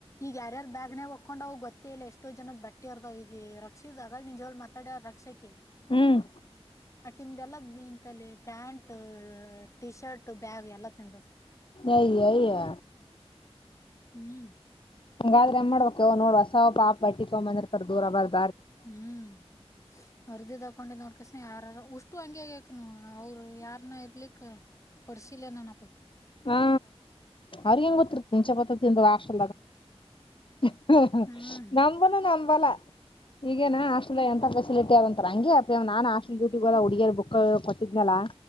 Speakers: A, on the left; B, on the left.
A: ಈಗ ಯಾರ್ಯಾರು ಬ್ಯಾಗ್ನೆೇ ಹಕೊಂಡ್ ಅವ ಗೊತ್ತೇ ಇಲ್ಲ ಎಷ್ಟೋ ಜನ ಬಟ್ಟೆ ಇರ್ದಾವ ಈ ರಕ್ಷ ಆ ನಿನ್ ಜೋರ್ ಮಾತಾಡ ರಕ್ಷಕ
B: ಹ್ಮ್
A: ಆಕಿಂದ ಎಲ್ಲ ಬಂತಲ್ಲಿ ಪ್ಯಾಂಟ್ ಟೀ ಶರ್ಟ್ ಬ್ಯಾಗ್ ಎಲ್ಲ ತಿಂದು
B: ಅಯ್ಯೋ ಅಯ್ಯೋ
A: ಹ್ಮ್
B: ಹಂಗಾದ್ರೆ ಮಾಡ್ಬೇಕವ ನೋಡ್ವಸಬ್ಪಾಪ ಅಟ್ಟಿಕೊಂಬಂದಿರ್ತರ್ ದೂರ ಬರ್
A: ಹ್ಮ್ ಹರಿದಿದ್ದು ಹಾಕೊಂಡಿದ ನೋಡ್ಕೆಸಿಂದ್ ಯಾರಾರ ಓಸ್ಟು ಹಂಗೆ ಆಗ್ಯವಕಣೋ ಅವ್ರು ಯಾರನ ಇರ್ಲಿಕ್ ಕೊಡ್ಸಿಲ್ಲ ನನ್ನ ಪೈಕಿ
B: ಹಾ ಅವ್ರಿಗ ಹ್ಯಾಂಗ್ ಗೊತ್ತಿರ್ತ ಹುಣಚೆಪಟ್ಟ ತಿಿಂದ ಅಷ್ಟ <inaudible>
A: ಹ್ಮ್
B: ನಂಬನ ನಂಬಲ್ಲ ಈಗೇನಾ ಹಾಸ್ಟೆಲ್ ಎಂತ ಬೆ ಸ್ಟ್ ಆದಂತ ಹಂಗೆ ಅಪ್ಪಿ ನಾನ್ ಹಾಸ್ಟೆಲ್ ಡ್ಯೂಟಿ ಹೋದಾಗ ಹುಡುಗರ್ ಬುಕ್ ಕೊಟ್ಟಿದನಲ್ಲ